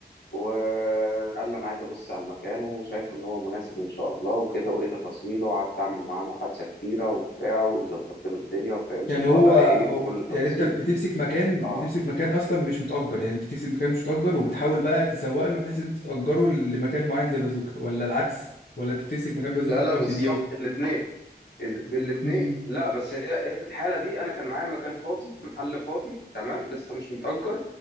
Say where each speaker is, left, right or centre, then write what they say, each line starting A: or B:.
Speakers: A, on the left; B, on the left.
A: وقال لي انا عايز ابص على المكان وشايف ان هو مناسب ان شاء الله وكده وايه تفاصيله وقعدت اعمل معاه محادثه كتيره وبتاع وظبطت له الدنيا وفهمت
B: يعني
A: الوضع
B: هو هو-
A: ايه وكل تفاصيله
B: يعني انت بتمسك مكان
A: اه
B: بتمسك مكان اصلا مش متأجر يعني انت بتمسك مكان مش متأجر وبتحاول بقى تسوق له بحيث ان انت تأجره لمكان معين زي بازوكا ولا العكس ولا انت بتمسك مكان بازوكا
A: لا
B: وبتحاول
A: لا بالظبط
B: تبيعه
A: الاثنين بالاثنين
B: امم
A: لا بس هي الحاله دي انا كان معايا مكان فاضي محل فاضي تمام لسه مش متأجر